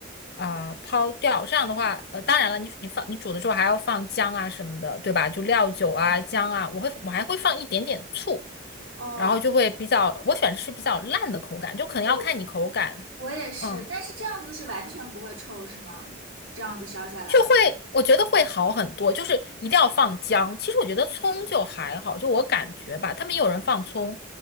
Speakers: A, on the left; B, on the right.
A: 啊、抛掉。这样的话，呃，当然了，你你放你煮的时候还要放姜啊什么的，对吧？就料酒啊、
B: 嗯
A: 姜啊，我会我还会放一点点醋，
B: 哦，
A: 然后就会比较，我喜欢吃比较烂的口感，就可能要看你口感。
B: 我我也是，
A: 嗯。
B: 但是这样子是完全不会臭，是吗？这样子烧下来。
A: 就会，我觉得会好很多，就是一定要放姜。其实我觉得葱就还好，就我感觉吧，他们也有人放葱，